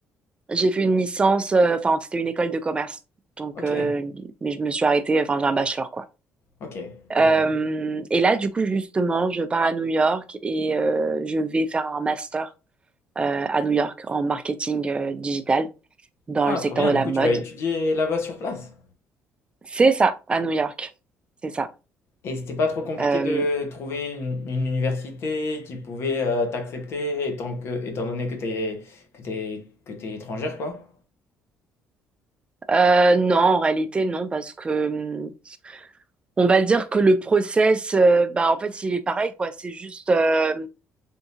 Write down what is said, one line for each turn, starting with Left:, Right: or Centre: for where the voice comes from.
Right: j'ai fait une licence. euh, Enfin, c'était une école de commerce. Donc,
Left: Ok.
Right: euh, mais je me suis arrêtée. Enfin, j'ai un bachelor, quoi.
Left: Ok. Je
Right: Euh,
Left: vois.
Right: et là, du coup, justement, je pars à New York et euh, je vais faire un master euh, à New York en marketing euh, digital dans
Left: Ah,
Right: le secteur
Left: trop bien.
Right: de
Left: Du
Right: la
Left: coup,
Right: mode.
Left: tu vas étudier là-bas sur place.
Right: C'est ça, à New York. C'est ça.
Left: Et c'était pas trop compliqué
Right: Euh,
Left: de trouver une, une université qui pouvait euh, t'accepter étant que, étant donné que t'es que t'es que t'es étrangère, quoi.
Right: euh, non, en réalité, non, parce que hum, on va dire que le process, euh, bah, en fait, il est pareil, quoi. C'est juste, euh,